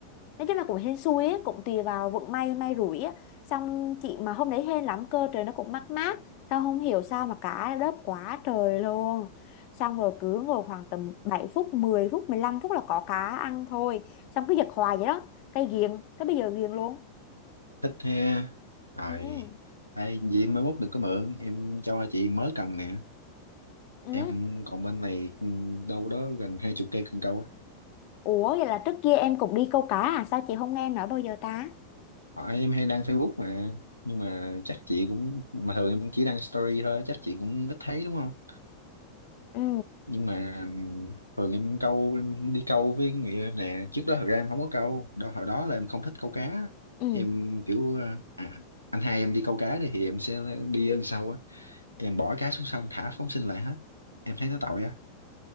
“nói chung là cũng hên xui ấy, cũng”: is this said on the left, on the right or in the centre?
Left